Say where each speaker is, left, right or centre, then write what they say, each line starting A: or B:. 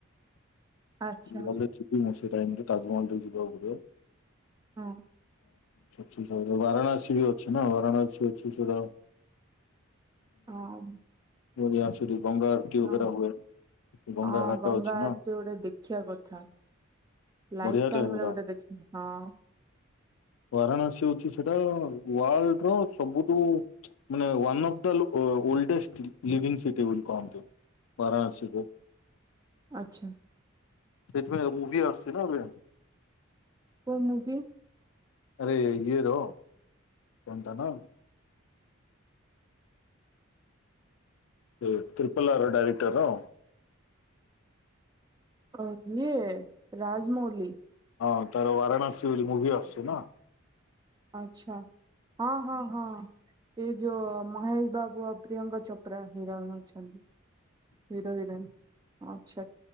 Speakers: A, on the right; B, on the left.
A: ଆଚ୍ଛା
B: ଗଲେ ଯିବି ମୁଁ ସେ ଟାଇମ୍ ରେ। ତାଜମହଲ୍ ଟିକେ ଯିବାକୁ
A: ହଁ
B: ପଡ଼ିବ। ବାରାଣସୀ ବି ଅଛି ନା ବାରାଣାସୀ ଅଛି ସେଟା
A: ହଁ
B: ଅଁ ସେଠି ଗଙ୍ଗା ଆରଟି ବଗେରା
A: ହଁ
B: ହୁଏ ଗଙ୍ଗା
A: ହଁ
B: ଘାଟ
A: ଗଙ୍ଗା
B: ଅଛି ନା
A: ଗୋଟେ ଦେ ଦେଖିବା କଥା ଲାଇଫ
B: ବଢିଆ ଟେ
A: ଟାଇମରେ
B: ସେଟା।
A: ଗୋଟେ ଦେଖି ହଁ
B: ବାରାଣସୀ ହୋଉଚି ସେଟା ୱାର୍ଲଡ୍ ର ସବୁଠୁ ମାନେ one of the oldest living city ବୋଲି କହନ୍ତି। ବାରାଣସୀକୁ
A: ଆଚ୍ଛା
B: ସେଇଥିପାଇଁ ମୁଭି ଆସୁଛି ନା ଏବେ।
A: କୋଉ ମୁଭି?
B: ଆରେ ଇଏର କଣ ତା ନା ସେ ତ୍ରିପଲ୍ ଆର୍ ର ଡାଇରେକ୍ଟର୍ ର।
A: ଅ ଇଏ ରାଜମୌଲି।
B: ହଁ ତାର ବାରାଣସୀ ବୋଲି ମୁଁଭି ଆସୁଛି ନା?
A: ଆଛା ହଁ ହଁ ହଁ ଏ ଯୋ ମହେଶ ବାବୁ ଅ ପ୍ରିୟଙ୍କା ଚୋପ୍ରା ହିରୋଇନ୍ ଅଛନ୍ତି ହିରୋ ହିରୋଇନ୍ ଆଛା।